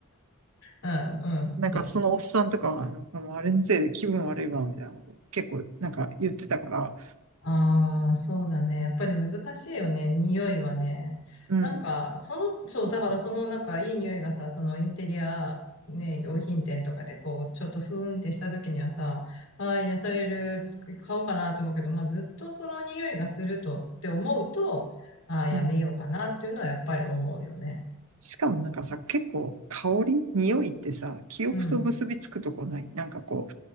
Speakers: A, on the left; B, on the right.
A: うん、うん、
B: なんかそのおっさんとかは、
A: そう。
B: なんかもうあれのせいで気分悪いわ、みたいなこと結構なんか言ってたから、
A: ああ、そうだね。やっぱり難しいよね。匂いはね。
B: うん、
A: なんか、その、そう、だからその、なんか、いい匂いがさ、そのインテリア、ね、用品店とかで、こう、ちょっとふーんってした時にはさ、ああ、癒される、買おうかなと思うけど、まあ、ずっとその匂いがするとって思うと、ああ、やめようかなっていうのはやっぱり思うよね。
B: うん。しかもなんかさ、結構香り、匂いってさ、記憶と結びつくとこない。
A: うん。
B: なんかこ